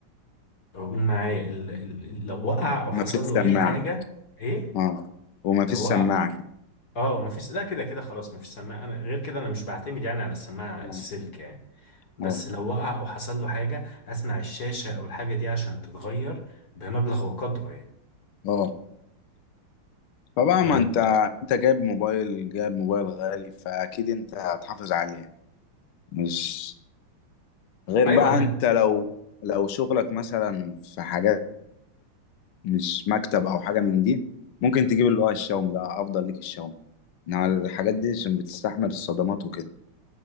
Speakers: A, on the left; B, on the left.
A: اقول معايا ال- ال- لو وقع او
B: ما
A: حصل
B: فيش سماعه
A: له اي حاجة ايه
B: اه وما
A: لو
B: فيش سماعه
A: وقع اه مفيش لا كده كده خلاص مفيش سماعة انا غير كده انا مش بعتمد يعني على السماعة
B: اه
A: السلك يعني بس
B: اه
A: لو وقع او حصل له حاجه اسمع الشاشه او الحاجه دي عشان تتغير بمبلغ وقدره يعني
B: آه. فبقى
A: طيب
B: ما انت انت جايب موبايل جايب موبايل غالي فاكيد انت هتحافظ عليه مش غير
A: ايوه
B: بقى
A: انا
B: انت لو لو شغلك مثلا في حاجات مش مكتب او حاجه من دي ممكن تجيب اللي هو الشاومي ده افضل ليك الشاومي انما الحاجات دي عشان بتستحمل الصدمات وكده